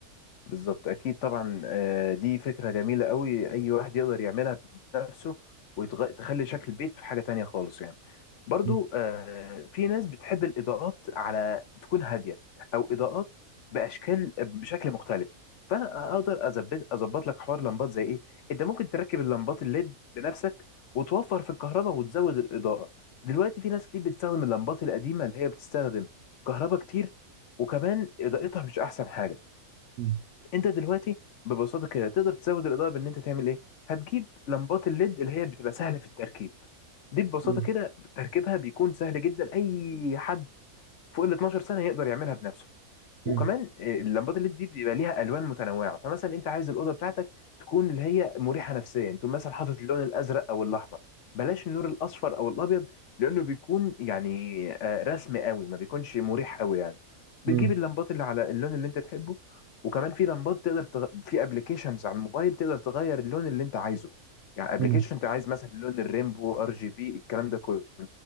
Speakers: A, on the left (about 60°); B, on the right (about 70°).
A: بالظبط اكيد طبعا آه، دي فكره جميله قوي اي واحد يقدر يعملها بنفسه وتخلي شكل البيت في حاجه تانية خالص يعني برضو
B: مم.
A: آه، في ناس بتحب الاضاءات على تكون هاديه او اضاءات باشكال بشكل مختلف فانا اقدر اظبط اظبط لك حوار لمبات زي ايه انت ممكن تركب اللمبات الليد بنفسك وتوفر في الكهرباء وتزود الاضاءه دلوقتي في ناس كتير بتستخدم اللمبات القديمه اللي هي بتستخدم كهرباء كتير وكمان اضاءتها مش احسن حاجه
B: مم.
A: انت دلوقتي ببساطه كده تقدر تزود الاضاءه بان انت تعمل ايه هتجيب لمبات الليد اللي هي بتبقى سهله في التركيب دي ببساطه
B: مم.
A: كده تركيبها بيكون سهل جدا اي حد فوق ال 12 سنه يقدر يعملها بنفسه وكمان
B: مم.
A: آه، اللمبات الليد دي بيبقى ليها الوان متنوعه فمثلا انت عايز الاوضه بتاعتك تكون اللي هي مريحه نفسيا تقوم مثلا حاطط اللون الازرق او الاحمر بلاش النور الاصفر او الابيض لانه بيكون يعني آه، رسمي قوي ما بيكونش مريح قوي يعني بتجيب
B: مم.
A: اللمبات اللي على اللون اللي انت تحبه وكمان في لمبات تقدر تغ... في ابلكيشنز على الموبايل تقدر تغير اللون اللي انت عايزه يعني ابلكيشن
B: مم.
A: انت عايز مثلا لون الريمبو ار جي بي الكلام ده كله